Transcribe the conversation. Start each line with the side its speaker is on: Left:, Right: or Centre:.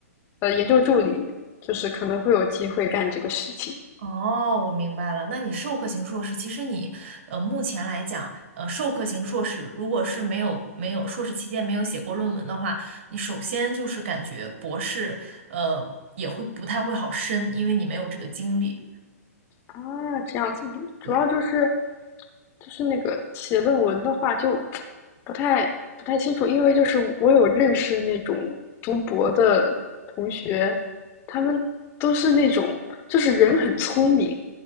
Left: 呃研究助理，就是可能会有机会干这个事情。
Right: 哦，我明白了。那你授课型硕士，其实你呃，目前来讲，呃，授课型硕士如果是没有没有硕士期间没有写过论文的话，你首先就是感觉博士呃也会不太会好申，因为你没有这个经历。
Left: 啊，这样子，主要就是
Right: 对。
Left: 就是那个写论文的话，就不太不太清楚，因为就是我有认识那种读博的同学，他们都是那种就是人很聪明，